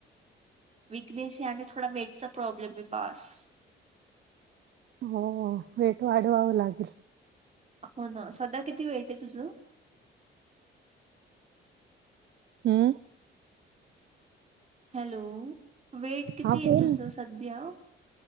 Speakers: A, on the right; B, on the right.
A: विकनेस आहे आणि थोडा वेटचा प्रॉब्लेम आहे बास.
B: हो वेट वाढवावं लागेल.
A: हो ना सध्या किती वेटय तुझं
B: हम्म.
A: हॅलो वेट किती
B: हा
A: आहे
B: बोल
A: तुझ सध्या?